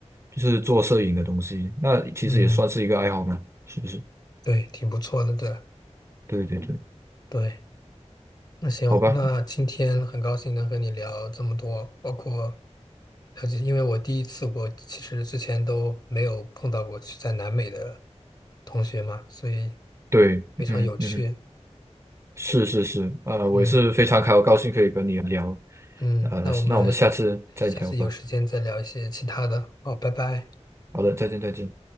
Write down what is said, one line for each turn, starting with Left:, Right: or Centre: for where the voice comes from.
Right: 就是做摄影的东西，那其实也算是一个爱好嘛，
Left: 嗯，
Right: 是不是？
Left: 对，挺不错的，对。
Right: 对对对，
Left: 对，那行，
Right: 好吧，
Left: 那今天很高兴能和你聊这么多，包括了解，因为我第一次我其实之前都没有碰到过去在南美的同学嘛，所以
Right: 对，
Left: 非常有趣。
Right: 嗯嗯哼。是是是，呃，我也是非常开，
Left: 嗯
Right: 我高兴可以跟你聊，
Left: 嗯，
Right: 呃，
Left: 那我们
Right: 那我们下次再聊吧。
Left: 下次有时间再聊一些其他的。好，拜拜。
Right: 好的，再见再见。